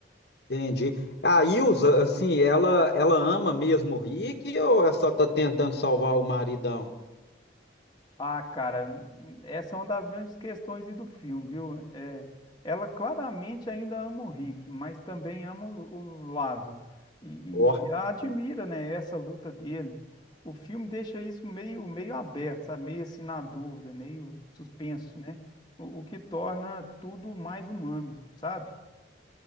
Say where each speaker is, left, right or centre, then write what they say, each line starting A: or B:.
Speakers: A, on the left; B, on the left.
A: Entendi. A Ilza, assim, ela, ela ama mesmo o Rick ou ela só tá tentando salvar o maridão?
B: Ah, cara, hum, essa é uma das grandes questões aí do filme, viu? É, ela claramente ainda ama o Rick, mas também ama o, o Lázaro e,
A: Ó.
B: e a admira, né, essa luta dele. O filme deixa isso meio, meio aberto, sabe? Meio assim na dúvida, meio suspenso, né? O, o que torna tudo mais humano, sabe?